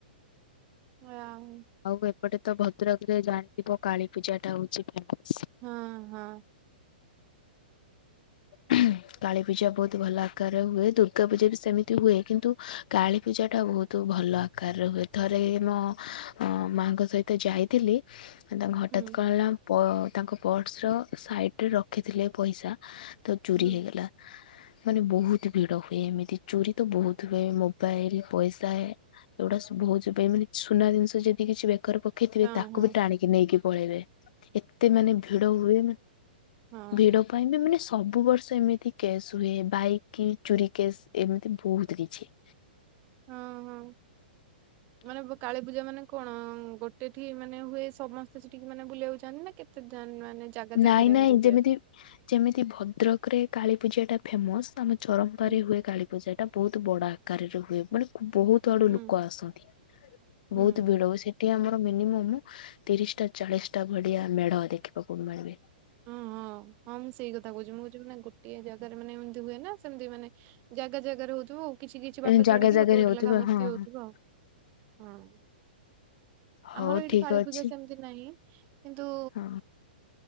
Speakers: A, on the right (about 25°); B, on the left (about 50°).
A: ହଁ <inaudible>
B: ଆଉ ଏପଟେ ତ ଭଦ୍ରକ୍ ରେ ଜାଣିଥିବ କାଳୀପୂଜାଟା ହଉଛି ଫେମସ୍।
A: ହଁ ହଁ।
B: ଉ <unintelligible> କାଳୀ ପୂଜା ବହୁତ୍ ଭଲ ଆକାରରେ ହୁଏ ଦୁର୍ଗା ପୂଜା ବି ସେମିତି ହୁଏ କିନ୍ତୁ କାଳୀ ପୂଜା ଟା ବହୁତ୍ ତୁ ଭଲ ଆକାରରେ ହୁଏ ଥରେ ମ ମାଆଙ୍କ ସହିତ ଯାଇଥିଲି ତାଙ୍କୁ ହଠାତ୍
A: ହୁଁ
B: କଣ ହେଲା ତାଙ୍କ ପର୍ସ ର ସାଇଡ ରେ ରଖିଥିଲେ ପଇସା ତ ଚୋରି
A: ହୁଁ
B: ହେଇଗଲା। ହଁ ମାନେ ବହୁତ ଭିଡ ହୁଏ ଏମିତି ଚୋରି ତ ବହୁତ ହୁଏ ମୋବାଇଲ ପଇସା ଏଗୁଡ଼ା ସବୁ ହଉତି ପାଇଁ ମାନେ ସୁନା ଜିନିଷ ଯଦି କିଛି ବେକର ପକେଇଥିବେ
A: ହଁ
B: ତାକୁ
A: ହଁ
B: ବି ଟାଣିକି ନେଇକି ପଳେଇବେ ଏ ଏତେ ମାନେ ଭିଡ ହୁଏ ମାନେ
A: ହଁ
B: ଭିଡ ଏତେ ପାଇଁ ବି ମାନେ ସବୁ ବର୍ଷ ଏମିତି କେସ୍ ହୁଏ ବାଇକ୍ କି ଚୋରି କେସ୍ ଏମିତି ବହୁତ କିଛି।
A: ହଁ ହଁ।
B: <inaudible>
A: ମାନେ କାଳୀ ପୂଜା ମାନେ କଣ ଗୋଟେ ଠି ମାନେ ହୁଏ ସମସ୍ତେ ସେଠିକି ମାନେ ବୁଲିବାକୁ ଯାଆନ୍ତି ନା କେତେ ଦାନ୍ ମାନେ? ଜାଗା
B: ନାଇଁ
A: ଜାଗାରେ
B: ନାଇଁ
A: ଏମିତି
B: ଯେମିତି
A: ହୁଏ?
B: ଯେମିତି ଭଦ୍ରକ ରେ କାଳୀ ପୂଜା ଟା ଫେମସ୍ ଆମ ଚରମ୍ପାରେ
A: ହୁଁ
B: ହୁଏ କାଳୀ ପୂଜା ଟା ବହୁତ ବଡ ଆକାରରେ ହୁଏ ମାନେ ବହୁତ ଆଡୁ
A: ହୁଁ
B: ଲୋକ ଆସନ୍ତି
A: ହୁଁ
B: ବହୁତ ଭିଡ ହୁଏ ସେ ଏଠି ଆମର ମିନିମମ୍ ତିରିଶ ଟା ଚାଳିଶ ଟା ଭଡିଆ ମେଢ ଦେଖିବାକୁ ମିଳିବେ।
A: ହଁ ହଁ ହଁ ମୁଁ ସେଇ କଥା କହୁଛି ମୁଁ ଯଉ ଗୋଟିଏ ଜାଗାରେ ମାନେ ଏମିତି ହୁଏ ନା ସେମିତି ମାନେ ଜାଗା ଜାଗାରେ ହଉଥିବ ଆଉ କିଛି କିଛି
B: ଏ
A: ବାଟ
B: ଜାଗା
A: ଛାଡିକି
B: ଜାଗାରେ
A: ଗୋଟେ ଗୋଟେ
B: ହଉଥିବେ
A: ଲେଖା ମୂର୍ତ୍ତି
B: ହଁ ହଁ
A: ହଉଥିବ ଆଉ ହଁ।
B: ହଉ
A: ଆମର ଏଇଠି
B: ଠିକ
A: କାଳୀ
B: ଅଛି
A: ପୂଜା ସେମିତି ନାହିଁ କିନ୍ତୁ
B: ହଁ